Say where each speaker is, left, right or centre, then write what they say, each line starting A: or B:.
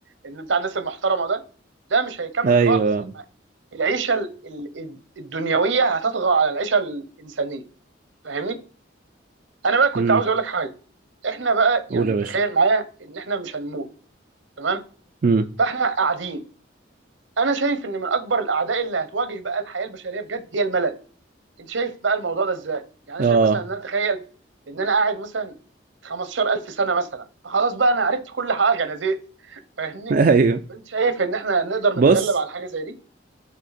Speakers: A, on the right (about 80°); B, on the right (about 45°).
A: اللي بتاع الناس المحترمه ده ده مش هيكمل
B: ايوه
A: خالص الم- العيشه ال- ال- الدنيويه هتطغى على العيشه الانسانيه فاهمني انا بقى كنت
B: امم
A: عاوز اقول لك حاجه احنا بقى يعني
B: قول يا
A: تخيل
B: باشا
A: معايا ان احنا مش هنموت تمام
B: امم
A: فاحنا قاعدين انا شايف ان من اكبر الاعداء اللي هتواجه بقى الحياه البشريه بجد هي الملل انت شايف بقى الموضوع ده ازاي يعني انا
B: اه
A: شايف مثلا ان انا اتخيل ان انا قاعد مثلا 15000 سنه مثلا فخلاص بقى انا عرفت كل حاجه انا زهقت فاهمني
B: <laughs> ايوه
A: انت شايف ان احنا نقدر نتغلب
B: بص
A: على حاجه زي دي